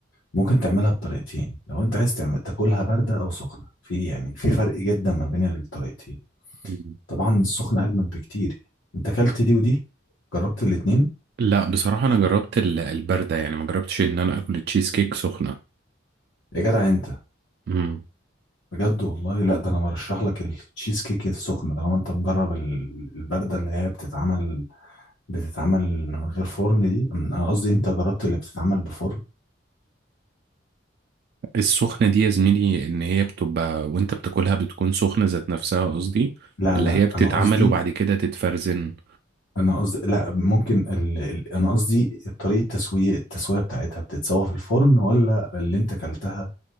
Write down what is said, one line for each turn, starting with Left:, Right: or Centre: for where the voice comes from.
Left: ممكن تعملها بطريقتين لو انت عايز تعمل تاكلها بارده او سخنه في يعني في فرق جدا ما بين الطريقتين
Right: مم.
Left: طبعا السخنه اجمد بكتير انت اكلت دي ودي جربت الاتنين
Right: لا بصراحة أنا جربت ال- الباردة يعني ما جربتش إن أنا آكل التشيز كيك سخنة
Left: يا جدع انت
Right: مم.
Left: بجد والله لا ده انا برشح لك التشيز كيك السخنه طالما انت مجرب ال- البارده اللي هي بتتعمل بتتعمل من غير فرن دي انا قصدي انت جربت اللي بتتعمل بفرن
Right: السخنة دي يا زميلي إن هي بتبقى وأنت بتاكلها بتكون سخنة ذات نفسها قصدي
Left: لا
Right: ولا
Left: لا
Right: هي بتتعمل
Left: انا قصدي
Right: وبعد كده تتفرزن
Left: انا قصدي لا ممكن ال... ال- انا قصدي طريقة التسوية التسوية بتاعتها بتتسوى في الفرن ولا اللي انت كلتها